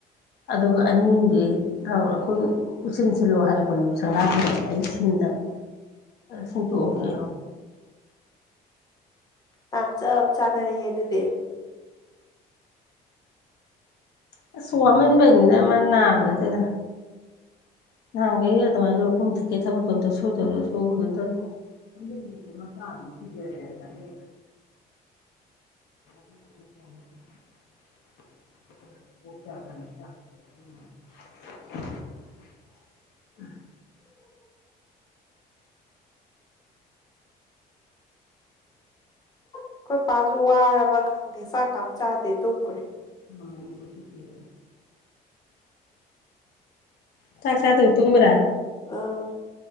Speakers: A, on the left; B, on the left.
A: ꯑꯗꯨꯒ ꯑꯅꯤꯗꯤ ꯑꯩꯈꯣꯏ ꯎꯆꯁꯤꯤꯟ ꯁꯤꯜꯂꯣ ꯍꯥꯏꯔꯛꯄꯅꯦꯕꯨ ꯁꯪꯒꯥꯗ꯭ꯔꯤꯉꯩꯗ ꯑꯩ ꯗꯕ ꯁꯦꯡꯇꯣꯛꯑꯒꯦ
B: ꯌꯥꯝ ꯆꯞ ꯆꯥꯅꯔꯦꯍꯦ ꯑꯗꯨꯗꯤ
A: ꯅꯥ ꯁꯣꯋꯥꯕꯅꯤꯗ ꯃ ꯅꯥꯕꯅ ꯊ ꯅꯍꯥꯟꯈꯩ ꯑꯗꯨꯃꯥꯏꯅ ꯃ ꯄꯨꯝꯊꯀꯦ ꯊꯕꯛ ꯄꯊ ꯁꯨꯗꯔ ꯁꯨꯔ ꯇ ꯑꯗꯨꯕ ꯃꯁꯥꯅ ꯁꯤꯤꯖꯔꯦ ꯍꯥꯏꯗꯤ ꯑꯣ <inaudible> ꯎꯝ
B: ꯑꯩꯈꯣꯏ ꯄꯥꯁꯨ ꯋꯥꯔꯕ ꯈꯪꯗꯦ ꯆꯥꯛ ꯀꯝ ꯆꯥꯗꯦ ꯇꯨꯝꯈꯨꯔꯦ
A: ꯃꯃ ꯑꯗꯨꯁꯨꯇꯤꯗ ꯆꯥꯛ ꯆꯗ ꯇꯨꯒ꯭ꯔꯥ
B: ꯑꯥ